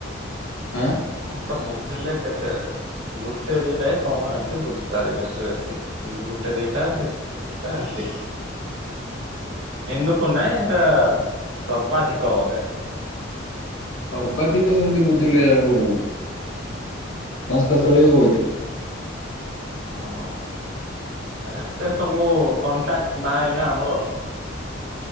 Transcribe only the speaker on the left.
ଆଁ।
ସର୍ବାଧିକ ସେମିତି ବୁଝିଲେ ଆଉ, ସଂସ୍ଥା ଚଳେଇ ହବ ଏଇଠ।